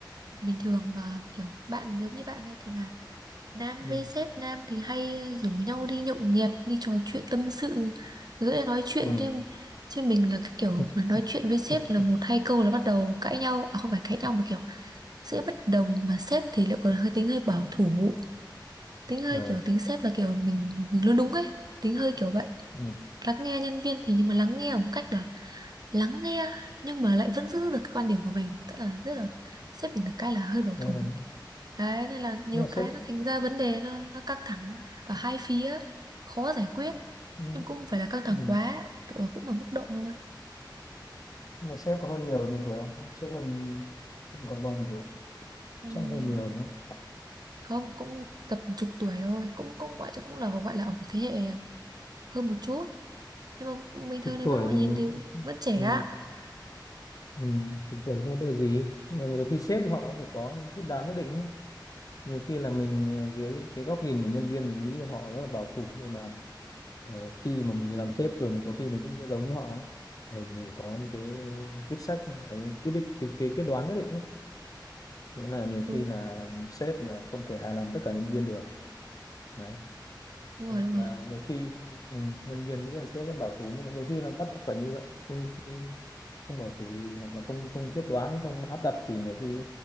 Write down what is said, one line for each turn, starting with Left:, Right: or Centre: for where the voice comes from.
Right: bình thường mà kiểu bạn giống như bạn ấy thì là Nam
Left: ừ
Right: với sếp Nam thì hay rủ nhau đi nhậu nhẹt, đi trò chuyện tâm sự, dễ nói chuyện
Left: ừ
Right: chứ chứ mình là cái kiểu
Left: <laughs>
Right: mà nói chuyện với sếp là
Left: ừ
Right: một hai câu là bắt đầu cãi nhau, à không phải cãi nhau mà kiểu sẽ bất đồng mà sếp thì lại còn hơi tính hơi bảo thủ, tính hơi
Left: ừ
Right: kiểu tính sếp là kiểu mình mình luôn đúng ấy, tính hơi kiểu vậy.
Left: ừ
Right: Lắng nghe nhân viên thì nhưng mà lắng nghe một cách là lắng nghe nhưng mà lại vẫn giữ được cái quan điểm của mình, tức là rất là sếp mình được cái là hơi bảo
Left: ừ.
Right: thủ. Đấy, nên là nhiều
Left: nhưng mà
Right: cái
Left: sếp
Right: nó thành ra vấn đề nó nó căng thẳng ở hai phía, khó giải quyết.
Left: ừ.
Right: Nhưng cũng không phải là căng thẳng
Left: ừ.
Right: quá, tự- cũng ở mức độ thôi.
Left: nhưng mà sếp có hơn nhiều nhiều tuổi không sếp hơn hơn có bao nhiêu tuổi
Right: Ừm,
Left: chắc hơn nhiều đúng không
Right: Không, cũng tầm chục tuổi thôi, cũng cũng gọi cũng là gọi là ở một thế hệ hơn một chút. Nhưng mà bình
Left: chục
Right: thường thì
Left: tuổi
Right: vẫn gọi
Left: thì
Right: nhìn thì vẫn trẻ
Left: ừ.
Right: ạ.
Left: Ừ. chục tuổi thì không có đưa gì nhưng mà nhiều khi sếp thì họ phải có những quyết đoán nhất định ấy. nhiều khi là mình ờ, dưới cái góc nhìn của nhân viên mình nghĩ là họ rất là bảo thủ nhưng mà ờ, khi mà mình làm sếp rồi mình có khi mình cũng sẽ giống như họ ấy. Để mình có những cái quyết sách cái quyết định cái, cái quyết đoán nhất định ấy. đấy là nhiều
Right: Đúng,
Left: khi là sếp là không thể hài lòng tất cả nhân viên được đấy
Right: đúng rồi, đúng
Left: là
Right: rồi.
Left: nhiều khi ừ, nhân viên nghĩ là sếp rất bảo thủ nhưng mà nhiều khi là bắt phải như vậy không không, không bảo thủ thì hoặc là không không quyết đoán không áp đặt thì nhiều khi